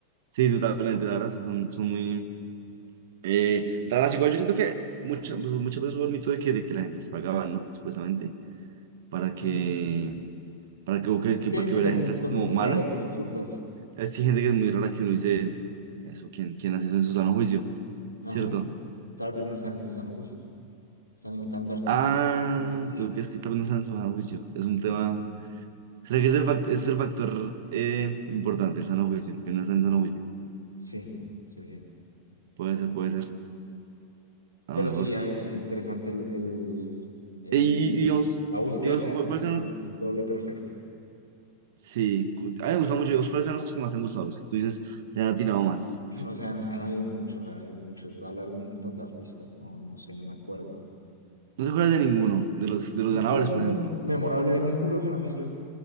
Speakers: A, on the right; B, on the left.
A: sí, totalmente, la verdad, son, son muy eh, raras. Igual yo siento que mucha- pues, muchas veces hubo el mito de que, de que la gente les pagaba, ¿no? Supuestamente, para que,
B: ¿sí?
A: para que, que,
B: Es
A: que-
B: que
A: para
B: hay gente
A: que hubiera
B: que hace
A: gente así
B: cosas
A: como
B: muy
A: mala.
B: raras, muy absurdas.
A: Así gente que es muy rara que uno dice, eso, ¿quién, quién hace eso en su sano juicio?
B: Ajá.
A: ¿Cierto?
B: Tal vez no están en su sano juicio, están imitando artistas
A: Ah,
B: desde sus vicios.
A: ¿tú crees que tal vez no sean sano juicio? Es un
B: <laughs>
A: tema. ¿Será que es el fac- ese es el factor eh, importante, el sano juicio? Que no están en sano juicio.
B: Sí, sí, sí.
A: Puede
B: No,
A: ser, puede ser. A
B: Pero
A: lo mejor.
B: sí, ah, es interesante el, el- el-
A: Y,
B: el-
A: y digamos,
B: la búsqueda
A: digamos,
B: que
A: ¿cu-
B: hay del
A: ¿cuáles son los-
B: doble perfecto.
A: Sí, cu- a mí me gustan mucho. Digamos, ¿cuáles son los que más te han gustado? Los que tú dices, le han atinado más.
B: <laughs> No sé, han, han habido muchos, han habido muchos. Hablar de un montón de artistas, no, no sé, no me acuerdo.
A: No te acuerdas de ninguno, de los, de
B: Así
A: los ganadores,
B: que era muy
A: por
B: me-
A: ejemplo.
B: memorable. Hay un Julio Jaramillo,